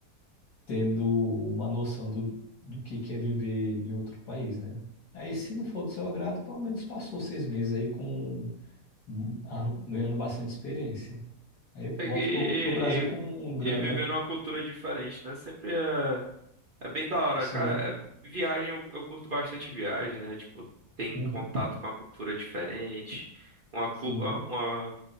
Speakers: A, on the left (about 75°); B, on the right (about 45°).
A: tendo uma noção do, do que que é viver em outro país, né? Aí, se não for do seu agrado, pelo menos passou seis meses aí com arran- ganhando bastante experiência. Aí
B: E,
A: volta
B: e,
A: pro, pro Brasil com grana.
B: e, e vivendo uma cultura diferente, né? Sempre é. É bem da hora,
A: Sim.
B: cara. é- Viagem, eu, eu curto bastante viagem, né? Tipo, tem
A: Uhum,
B: contato com a cultura diferente, uma, cu-
A: Sim,
B: a- uma